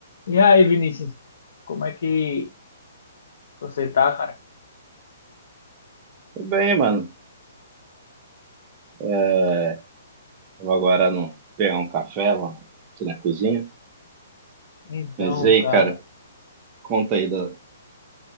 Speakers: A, on the left (about 60°); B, on the right (about 25°).
A: E aí, Vinícius, como é que você tá, cara?
B: Tudo bem, mano. É, vou agora no, pegar um café lá, aqui na cozinha.
A: Então,
B: Mas e aí,
A: cara,
B: cara, conta aí da.